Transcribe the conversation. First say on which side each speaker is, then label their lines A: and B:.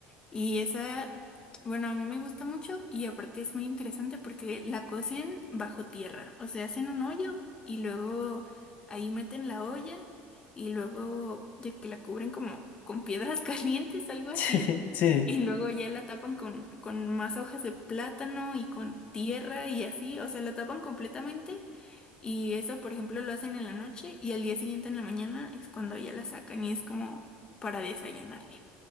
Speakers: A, on the left (about 25°); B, on the left (about 50°).
A: Y esa, bueno, a mí me gusta mucho y aparte es muy interesante porque la cocen bajo tierra, o sea, hacen un hoyo y luego ahí meten la olla y luego de que la cubren como con piedras <laughs> calientes, algo así,
B: <laughs> sí, sí.
A: y luego ya la tapan con, con más hojas de plátano y con tierra y así, o sea, la tapan completamente y eso, por ejemplo, lo hacen en la noche y al día siguiente en la mañana es cuando ya la sacan y es como para desayunar.